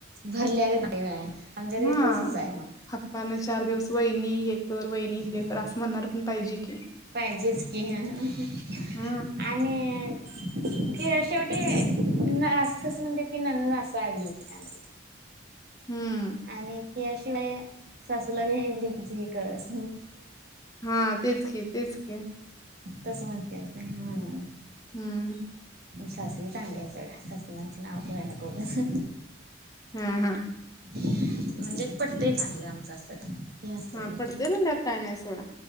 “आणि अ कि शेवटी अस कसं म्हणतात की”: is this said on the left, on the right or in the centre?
Right